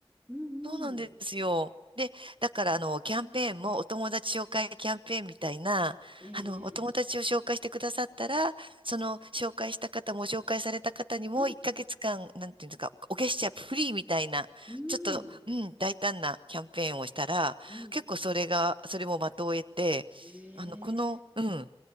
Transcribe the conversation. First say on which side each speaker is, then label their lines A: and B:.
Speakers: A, on the right; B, on the right.
A: うんうん。
B: そうなんですよ。で、だから、あの、
A: うん
B: キャンペーンも、お友達紹介キャンペーンみたいな、
A: え
B: あの、お友達を紹介してくださったら、
A: えええ
B: その、紹介した方も、紹介された方にも、
A: うん
B: 1ヶ月間、なんていうんですか、お月謝フリーみたいな、
A: うん、
B: ちょっと、うん、大胆なキャンペーンをしたら、
A: うん。
B: 結構それが、それも的を得て、
A: ええ
B: あの、この、うん、